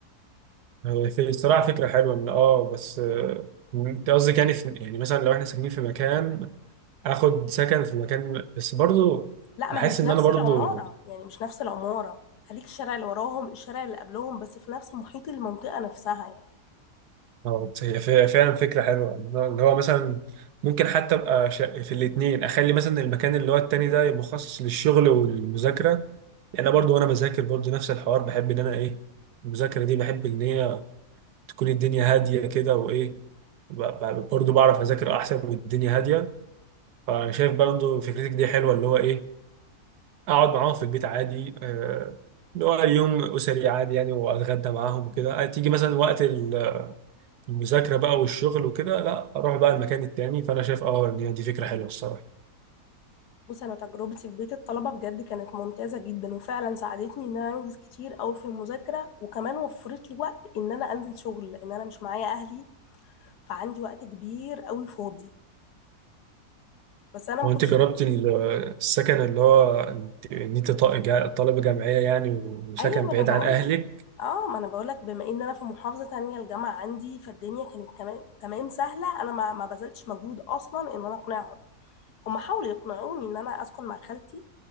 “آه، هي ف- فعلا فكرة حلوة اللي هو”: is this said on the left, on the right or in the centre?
Right